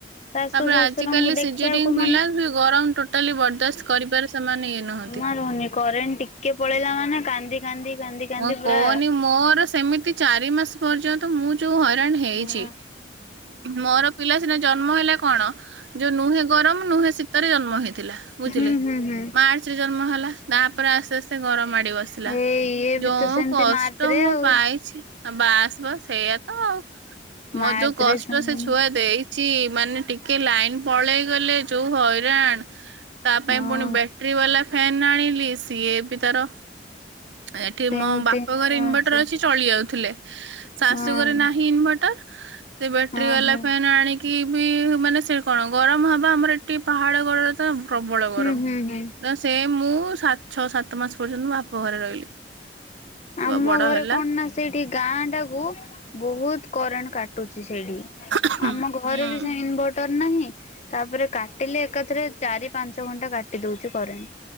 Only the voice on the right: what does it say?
ତାପରେ
ଆଜିକାଲି
ସିଜରିଙ୍ଗ
ପିଲା ବି ଗରମ ଟୋଟାଲି ବରଦାସ୍ତ କରିପାରେ ସେମାନେ ଇଏ ନୁହଁ।
ହଁ
କଅନି ମୋର ସେମିତି ଚାରି ମାସ ପର୍ଯ୍ୟନ୍ତ ମୁଁ ଯୋଉ ହଇରାଣ ହେଇଛି
ମୋର ପିଲା ସିନା ଜନ୍ମ ହେଲା କଣ? ଯୋଉ ନୁହେଁ ଗରମ ନୁହେଁ ଶୀତରେ ଜନ୍ମ ହେଇଥିଲା ବୁଝିଲେ
ମାର୍ଚ୍ଚ ରେ ଜନ୍ମ ହେଲା। ତାପରେ ଆସ୍ତେ ଆସ୍ତେ ଗରମ ମାଡି ବସିଲା।
ଯୋଉ
କଷ୍ଟ
ମୁଁ
ପାଇଛି ବାସ୍ ବାସ୍ ସେଇଆ ତ ଆଉ
ମୋ ଯୋଉ କଷ୍ଟ
ସେ ଛୁଆ ଦେଇ ଛି ମାନେ ଟିକେ ଲାଇନ୍ ପଳେଇ ଗଲେ ଯୋଉ ହଇରାଣ ତା
ପାଇଁ ପୁଣି ବ୍ୟାଟ୍ରି ବାଲା ଫ୍ୟାନ ଆଣିଲି ସିଏ ବି ତାର ଏଠି
ମୋ ବାପା ଘରେ
ଇନ୍ ଭେଟର ଅଛି ଚଳି ଯାଉଥିଲେ ଶାଶୁଘରେ
ନାହିଁ ଇନଭଟର ସେ ବ୍ୟାଟ୍ରି
ବାଲା
ଫ୍ୟାନ୍ ଆଣିକି କି ବି ମାନେ ସେ କଣ ଗରମ ହବ ଆମର ଏଟି ପାହାଡ଼ କଡ଼ରେ ତ ପ୍ରବଳ
ଗରମ
ତ ସେ ମୁଁ ସାତ ଛଅ ସାତ ମାସ ପର୍ଯ୍ୟନ୍ତ ବାପ ଘରେ ରହିଲି। ଛୁଆ
ବଡ
ହେଲା
ହୁଁ